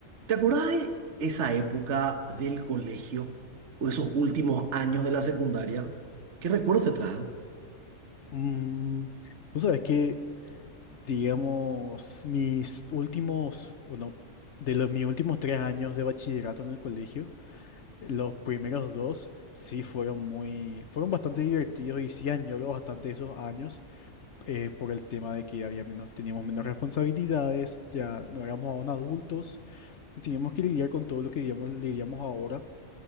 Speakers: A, on the right; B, on the left.
A: ¿Te acordás de esa época del colegio o esos últimos años de la secundaria? ¿Qué recuerdos te traen?
B: Mm, vos sabés que, digamos, mis últimos, bueno, de los mis últimos tres años de bachillerato en el colegio, los primeros dos sí fueron muy, fueron bastante divertidos y sí añoro bastante esos años eh, por el tema de que había menos, teníamos menos responsabilidades, ya no éramos aún adultos, teníamos que lidiar con todo lo que digamos, lidiamos ahora.